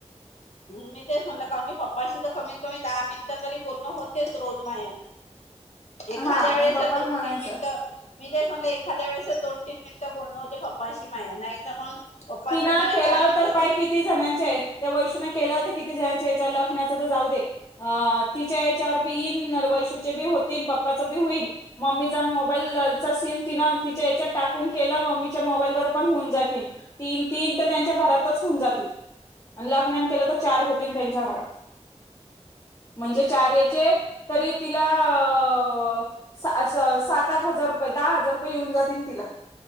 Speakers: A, on the left (about 70°); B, on the left (about 30°).
A: मी तेच म्हणलं कारण म्हणजी पप्पाशी तर कमीत कमी दहा मिनिटं तरी बोलणं होतेच रोज माझ एखाद्या
B: हा
A: वेळेस
B: मग पप्पाला
A: दोन
B: म्हणायचं.
A: तीन मिनिटं मी ते सगलं एखाद्या वेळेस दोन तीन मिनिटं बोलणं होते पप्पा अशी माहि नाही तर मग पप्पा
B: तिना
A: तर माय
B: केलं
A: दहा मिनिटं
B: तर पाय किती जणांचे त्या व के किती जणच्या याच्यावर लखण्याच जाऊ दें तिच्या याच्यावर बी येईन वैशूचे बी होतील पप्पां बी होईन मम्मीचा मोबाईलचा सिम तिन तिच्या याच्यात टाकून केलं मम्मीच्या मोबाईल वर पण होऊन जातील तीन तीन तर त्यांच्या घरातच होऊन जातील आणि लना केलं चार होती त्यांच्या घरात <inaudible> <inaudible> म्हणजे चार्याचे तरी तिला अ अ सात आठ हजार रुपये दहा हजार रुपये येऊन जातील तिला